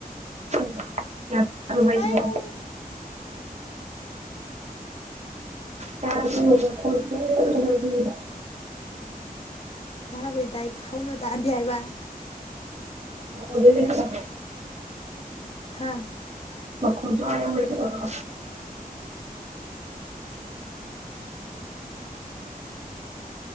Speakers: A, on the right; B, on the left.
A: <unintelligible> ꯌꯥꯝ ꯄꯤꯛꯑꯕ꯭ꯔ ꯍꯥꯏꯁꯤꯕꯣ꯫
B: ꯑꯩꯌꯨ
A: ꯇꯥꯔꯖꯨ ꯅꯈꫭꯟ ꯈꯤꯇꯪ ꯂꯩꯈꯠꯂꯨꯗꯅ꯫ <unintelligible>
B: ꯇꯥꯕꯨꯗꯤ ꯇꯥꯏ ꯍꯧꯅ ꯇꯥꯗꯦ ꯍꯥꯏꯕ꯫
A: ꯃꯈꫭꯟ ꯂꫭꯏ ꯂꯩꯈꯠꯂꯕꫭ꯫
B: ꯍꯥꯥ꯫
A: ꯃꯈꯣꯟꯗꫭ ꯑꯥ ꯌꯧꯅ ꯂꯩꯈꯠꯂꫭꯕ꯫